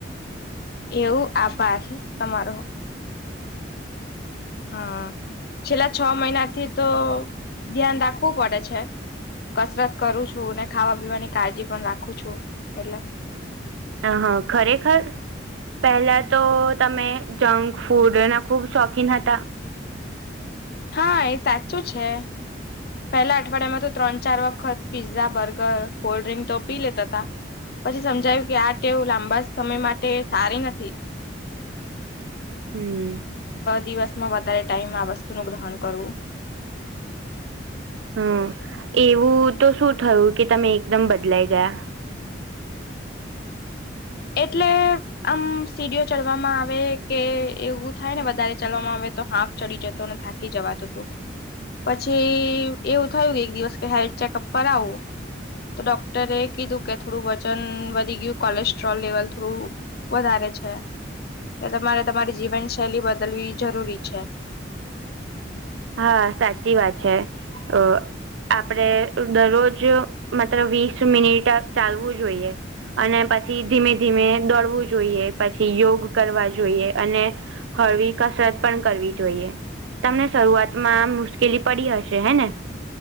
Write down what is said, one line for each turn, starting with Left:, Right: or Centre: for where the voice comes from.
Left: એવું? આભાર તમારો. હા, છેલ્લા છ મહિનાથી તો ધ્યાન રાખવું પડે છે. કસરત કરું છું ને ખાવા પીવાની કાળજી પણ રાખું છું એટલે.
Right: અ હ ખરેખર? પહેલા તો તમે જંક ફૂડના ખુબ શોખીન હતા.
Left: હા એ સાચું છે. પેહલા અઠવાડિયામાં તો ત્રણ ચાર વખત પીઝા, બર્ગર, કોલ્ડ્રિંક તો પી લેતા તા. પછી સમજાયું કે આ ટેવ લાંબા સમય માટે સારી નથી.
Right: હમ્મ.
Left: દિવસમાં વધારે ટાઈમ આ વસ્તુનું ગ્રહણ કરવું.
Right: હમ્મ, એવું તો શું થયું કે તમે એકદમ બદલાઈ ગયાં?
Left: એટલે આમ સીડીઓ ચડવામાં આવે કે એવું થાય ને વધારે ચડવામાં આવે તો હાફ ચડી જતો ને થા કી જવાતું હતું પછી એવું થયું કે એક દિવસ કે હેલ્થ ચેકઅપ કરાઉ. તો ડોક્ટરે એ કીધું કે થોડું વજન વધી ગયું કોલેસ્ટ સ્ટ્રોલ લેવલ થોડું વધારે છે. તમારે તમારી જીવનશૈલી બદલવી જરૂરી છે.
Right: હા સાચી વાત છે અ આપડે દરરોજ માત્ર વીસ મિનિટ ચાલવું જોઈએ. અને પછી ધીમે ધીમે દોડવું જોઈએ, પછી યોગ કરવા જોઈએ અને હળવી કસરત પણ કરવી જોઈએ તમને શરૂઆતમાં આમ મુશ્કેલી પડી હશે હે ને?